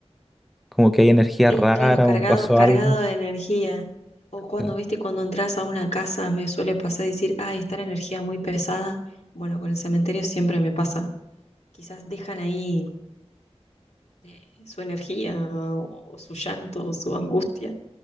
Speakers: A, in the centre; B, on the left.
A: Como que hay energía
B: sí,
A: rara
B: claro, cargado,
A: o pasó
B: cargado
A: algo.
B: de energía. O cuando,
A: eh,
B: viste, cuando entras a una casa, me suele pasar decir, ay, está la energía muy pesada. Bueno, con el cementerio siempre me pasa. Quizás dejan ahí eh, su energía o su llanto o su angustia.